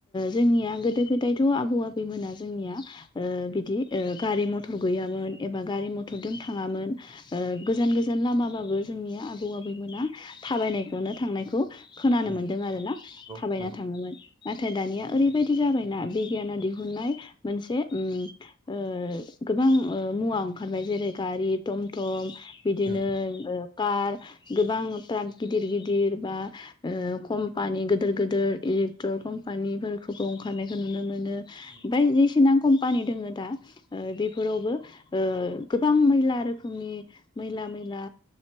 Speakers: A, on the left; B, on the right.
A: जोंनिया गोदो गोदायथ' आबौ आबैमोना जोंनिया बिदि गारि मथर गैयामोन एबा गारि मथरजों थाङामोन गोजान गोजान लामाबाबो जोंनि आबौ आबैमोना थाबायनायखौनो थांनायखौ खोनानो
B: उम
A: मोन्दों आरोना
B: नंगौ
A: थाबायना
B: नंगौ
A: थाङोमोन नाथाय दानिया ओरैबायदि जाबायना बिगियाना दिहुननाय मोनसे उम ओ गोबां ओ मुवा ओंखारबाय जेरै गारि थमथम बिदिनो
B: उम
A: ओ कार गोबां ट्राक गिदिर गिदिर बा ओ कम्पानि गोदोर गोदोर इलेक्ट्र कम्पानिफोरखौबो ओंखारनायखौ नुनो मोनो।
B: उम
A: बायदिसिना कम्पानि दङो दा ओ बेफोरावबो ओ गोबां मैला रोखोमनि मैला मैला